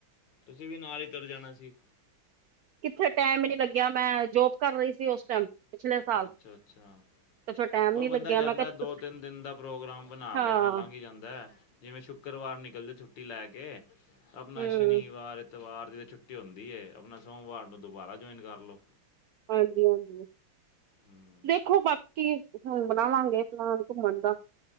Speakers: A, on the left; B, on the right.
A: ਤੁਸੀਂ ਵੀ ਨਾਲ ਹੀ ਤੁਰ ਜਾਣਾ ਸੀ
B: ਕਿੱਥੇ ਟਾਈਮ ਨੀ ਲੱਗਿਆ ਮੈਂ ਜੋਬ ਕਰ ਰਹੀ ਸੀ ਉਸ ਟਾਈਮ ਪਿਛਲੇ ਸਾਲ
A: ਅੱਛਾ ਅੱਛਾ
B: ਤੇ ਫਿਰ ਟਾਈਮ
A: ਉਹ
B: ਨੀ
A: ਬੰਦਾ
B: ਲੱਗਿਆ
A: ਜਾਂਦਾ
B: ਮੈਂ ਕਿਹਾ
A: ਦੋ ਤਿੰਨ ਦਿਨ ਦਾ ਪ੍ਰੋਗਰਾਮ ਬਣਾ
B: ਹਾਂ
A: ਕੇ ਆਪਣਾ ਲੰਘ ਹੀ ਜਾਂਦਾ ਹੈ ਜਿਵੇਂ ਸ਼ੁੱਕਰਵਾਰ ਨਿਕਲ ਜਾਓ ਛੁੱਟੀ ਲੈ ਕੇ ਆਪ ਆਪਣਾ
B: ਹੂੰ
A: ਸ਼ਨੀਵਾਰ ਐਤਵਾਰ ਦੀ ਤਾਂ ਛੁੱਟੀ ਹੁੰਦੀ ਹੈ, ਆਪਣਾ ਸੋਮਵਾਰ ਨੂੰ ਦੁਬਾਰਾ ਜੁਆਇਨ ਕਰ ਲਉ
B: ਹਾਂਜੀ ਹਾਂਜੀ
A: ਹੂੰ
B: ਦੇਖੋ ਬਾਕੀ ਹੁਣ ਬਣਾਵਾਂਗੇ ਪਲਾਨ ਘੁੰਮਣ ਦਾ